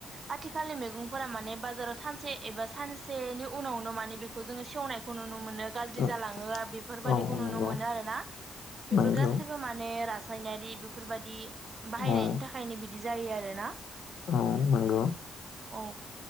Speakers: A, on the right (about 50°); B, on the left (about 75°).
A: आथिखालनि मैगंफोरा माने बाजाराव सानसे। एबा सानसेनि उनावनो माने बेखौ जोङो सेवनायखौ नुनो मोनो गाज्रि
B: औ
A: जालाङो बेफोरबादिखौ
B: औ नंगौ
A: नुनो मोनो आरो ना बेफोर
B: नंगौ
A: गासैबो माने रास रासायनारि बेफोरबादि। बाहायनायनि
B: औ
A: थाखायनो बिदि जायो आरो ना।
B: औ नंगौ
A: औ।